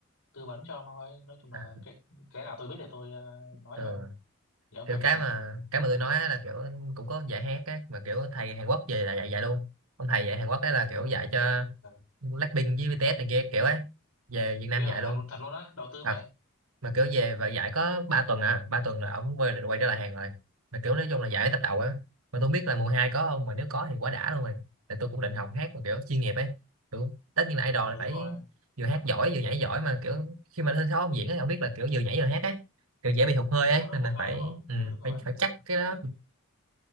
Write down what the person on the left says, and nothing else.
tư vấn cho ông thôi nói chung là
cái cái nào tôi biết thì tôi ờ, nói
với ông để ông
cải thiện
ừ.
Ghê
vậy
thật, thật luôn á đầu tư
vậy
ừ
đúng rồi
đúng
rồi nó
hụt
hơi
đúng không
ừ đúng rồi